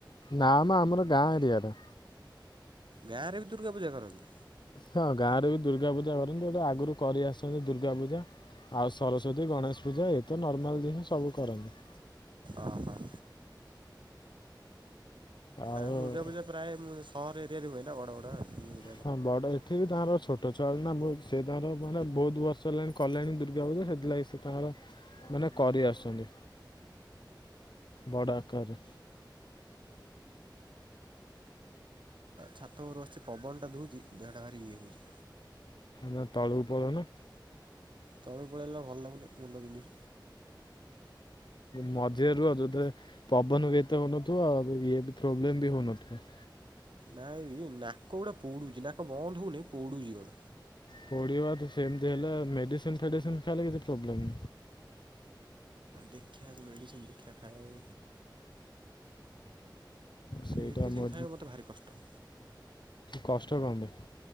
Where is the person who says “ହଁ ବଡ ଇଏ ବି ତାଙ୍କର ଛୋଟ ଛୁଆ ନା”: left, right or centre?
Left